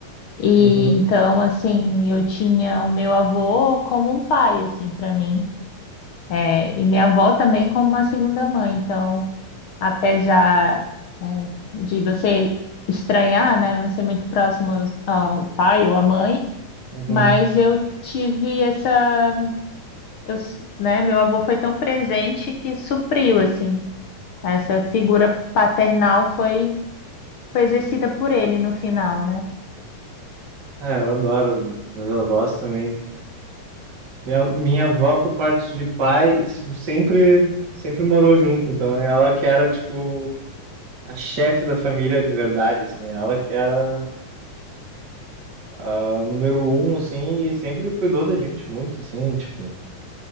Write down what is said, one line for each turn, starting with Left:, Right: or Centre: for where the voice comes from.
Left: e
Right: Uhum.
Left: então, assim, eu tinha o meu avô como um pai, assim, para mim, É, e minha avó também como uma segunda mãe. Então, apesar, é, de você estranhar, né, não ser muito próximo ao pai ou à mãe,
Right: Uhum.
Left: mas eu tive essa, eu, s- né, meu avô foi tão presente que supriu, assim, essa figura paternal foi, foi exercida por ele no final, né?
Right: É, eu adoro meus avós também. Minha, minha avó, por parte de pai, tipo, sempre, sempre morou junto. Então, ela que era, tipo, a chefe da família de verdade, assim. Ela que era a número um, assim, e sempre cuidou da gente muito, assim, tipo,